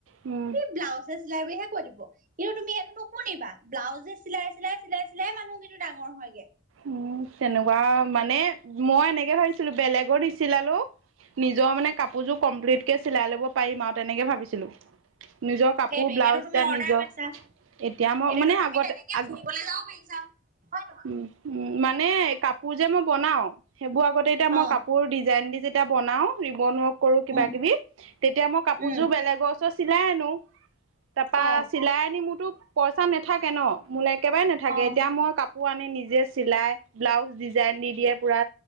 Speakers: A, on the right; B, on the right.
A: উম।
B: ব্লাউজহে চিলাই বুলিহে কৈ দিব। কিন্তু তুমি এইটো নুশুনিবা ব্লাউজে চিলাই চিলাই চিলাই চিলাই মানুহ কিন্তু ডাঙৰ হয়গে।
A: উ তেনেকোৱা মানে মই
B: উম
A: এনেকে ভাবিছিলো বেলেগৰ নিছিলালো নিজৰ মানে কাপোৰযোৰ কমপ্লিটকে চিলাই ল'ব পাৰিম আও তেনেকে ভাবিছিলো। নিজৰ কাপোৰ
B: সেইটোৱে
A: ব্লাউজ
B: এতিয়াতো তুমি
A: তাৰ
B: অৰ্ডাৰ
A: নিজৰ
B: পাইছা
A: এতিয়া মই
B: এতিয়াতো
A: মানে
B: তুমি
A: আগতে
B: তেনেকে
A: আগ,
B: ফুৰিবলৈ যাব পাৰিছা হয় নহয়
A: উম। উম মানে কাপোৰ যে মই বনাও সেইবোৰ আগতে এতিয়া মই
B: অ
A: কা পোৰ ডিজাইন দি যেতিয়া বনাও ৰিবন ৱৰ্ক কৰো কিবা
B: উম
A: কিবি তেতিয়া মই কাপোৰ
B: উম
A: জোৰ বেলেগৰ, ত চিলাই আনো তাপা
B: অ
A: চিলাই আনি মোৰতো পইচা নাথাকে ন। মোলৈ একেবাৰে নাথাকে
B: অ
A: এতিয়া মই কাপোৰ আনি নিজে চিলাই ব্লাউজ ডিজাইন দি দিয়ে পুৰা,